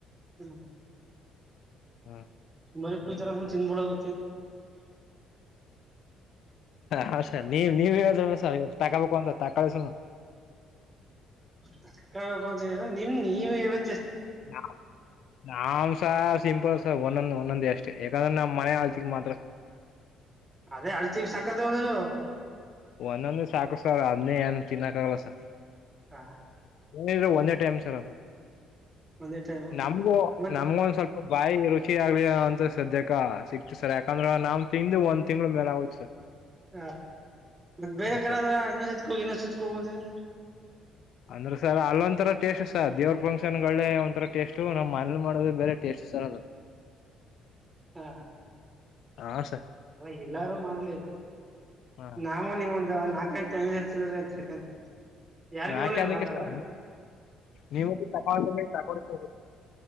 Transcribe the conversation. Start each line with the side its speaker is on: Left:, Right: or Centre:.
Right: ಹ್ಮ್.
Left: ಹ್ಮ.
Right: ಮರಿ ಕುಯತರ ಚಿನ್ನಬಡ <unintelligible>
Left: ಹ ಸರ್ ನೀವ್ ನೀವ್ ಹೇಳುದಲ್ಲ ಸರ್ ತಾಕೊಬೇಕು ಅಂತ ತಕಳಿ ಸುಮ್
Right: <unintelligible> ನಿಮ್ ನೀವವ
Left: ನ ನಾವ್ ಸ ಸಿಂಪಲ್ಸ ಒಂದೊಂದ ಒಂದೊಂದ ಎಷ್ಟ ನಮ್ಮ ಮನೆ ಆಲ್ತಿ ಮಾತ್ರ
Right: ಅದೇ ಅಲತಿ ಸಕ್ಕತ್ ತೊಂದಲ
Left: ಒಂದೊಂದೆ ಸಾಕು ಸರ್ ಅದ್ನೇ ಏನ ತಿನ್ನಕ್ ಆಗಲ್ಲ ಸ.
Right: ಹ
Left: ಏನಿದ್ರು ಒಂದೇ ಟೈಮ್ ಸರ್ ಅದು
Right: ಒಂದೇ ಟೈಮ್
Left: ನಮಗೂ
Right: ಮತ್
Left: ನಮ್ಗ ಒಂದ ಸ್ವಲ್ಪ ಬಾಯಿ ರು ಚಿ ಆಗ್ಲಿ ಅಂತ ಸದ್ಯಕ್ಕ ಸಿಕ್ತು ಸರ್ ಯಾಕಂದ್ರ ನಮ್ ತಿಂದು ಒಂದ್ ತಿಂಗ್ಳ ಮೇಲ ಆಗೋಯ್ತ ಸರ್.
Right: ಹಾ ಮತ್ತ ಬೇರೆ
Left: ಹ
Right: ಕಡೆ
Left: ಸರ್
Right: ಆದ್ರ ಇನ್ನೊಂದಸತ ಕೂಗ ಇನ್ನೊಂದಸತ ಕೂಗ ಅಂತಿದ್ದೆ.
Left: ಅಂದ್ರ ಸರ್ ಅಲ್ಲ ಒಂತರ ಟೇಸ್ಟ್ ಸರ್ ದೇವ್ರ ಫಂಕ್ಷನ್ ಗಳೇ ಒಂಥರ ಟೇಸ್ಟ್ ನಮ್ ಮನೆಲಿ ಮಾಡೋದು ಬೇರೆ ಟೇಸ್ಟ್. ಸರ್ ಅದ.
Right: ಹಾ
Left: ಹಾ ಸರ್.
Right: ಹ ಎಲ್ಲಾರ ಮಾಡ್ಲಿ
Left: ಹಾ
Right: ನಾಮ ನಿಮ್ಮ ನಾಕ ನಾಕ್ ತಂದಿದ್ದ ಹಚ್ಚಿರ್ ಅಂತ ಯಾರಿಗ
Left: ನಾಕ
Right: ಹೇಳಿಲ್ವಾ
Left: ಅನಕ್ಕತ
Right: ಹಾಗಾರ
Left: ನೀವು <unintelligible>